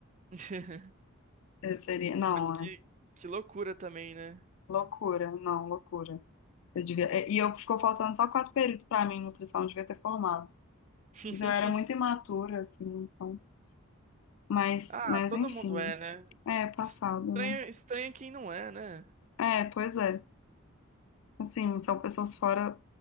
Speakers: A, on the right (about 35°); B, on the left (about 70°).
A: <laughs>
B: Eu seria, não,
A: Mas que,
B: é,
A: que loucura também, né?
B: Loucura, não, loucura. Eu devia... é, E eu ficou faltando só quatro períodos pra mim, em nutrição, eu devia ter formado.
A: <laughs>
B: Mas eu era muito imatura, assim, então. Mas,
A: Ah,
B: mas
A: todo
B: enfim,
A: mundo é, né?
B: é passado,
A: Estranha,
B: né?
A: estranha quem não é, né?
B: É, pois é. Assim, são pessoas fora,